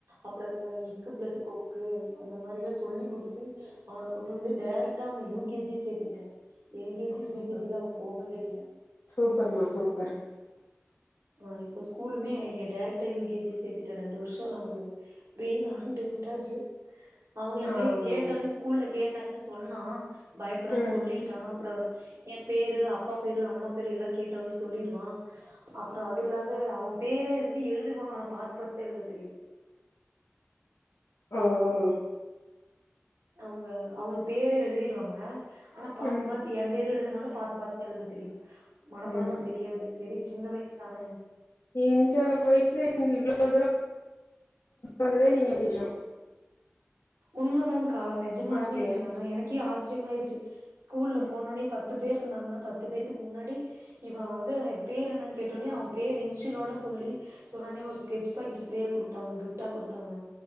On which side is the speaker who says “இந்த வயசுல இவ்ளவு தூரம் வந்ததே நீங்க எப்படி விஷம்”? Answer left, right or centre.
Left